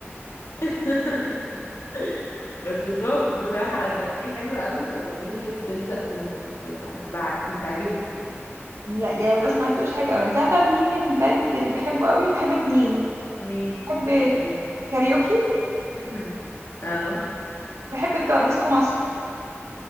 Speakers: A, on the left; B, on the right.
A: <laughs> بس بس هو بصراحة اغانيه حلوة قوي واغانيه اللي هي بتلزق في مخك كده بح- بع- بتعجبني يعني
B: <laughs> لا يعني ما سمعتلوش حاجة أوي انت عارفة مين البند اللي بحبه أوي بحب اتنين
A: مين
B: بحب
A: قوليلي مين
B: كاريوكي
A: <coughs> <laughs> اه
B: بحب بتوع ديسكو مصر